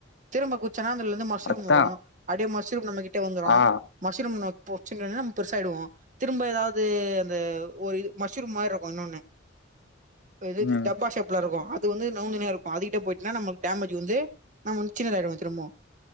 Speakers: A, on the right; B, on the left.
A: திரும்ப குச்சனா அதுள்ள மஷ்ரூம்
B: அதா
A: வரு அப்டியே மஷ்ரூம் நம்ம கிட்ட வந்துரும்
B: ஆ
A: மஷ்ரூம் நம்ப புடிச்சோம்ன்னா நம்ப பெருசா ஆயிடுவோ திரும்ப ஏதாவது அந்த ஒரு இ மஷ்ரூம் மாரி இருக்கும் இன்னொன்னு இது
B: ம்
A: டப்பா ஷேப் ல இருக்கும் அது வந்து நவுந்துண்ணே இருக்கும் அதுகிட்ட போயிட்டனா நமக்கு டேமேஜ் வந்து நம்ம வந்து சின்னதாயிருவோ திரும்பவு